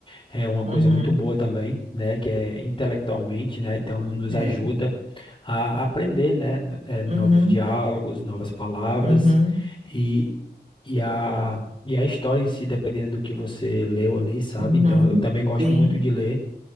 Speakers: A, on the left; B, on the right.
A: é uma coisa
B: Uhum.
A: muito boa também, né, que é intelectualmente, né? Então, nos
B: É.
A: ajuda a aprender, né, eh, novos
B: Uhum.
A: diálogos, novas palavras.
B: Uhum.
A: E, e a, e a história em si, dependendo do que você leu ali, sabe?
B: Uhum.
A: Então, eu também gosto
B: Sim.
A: muito de ler,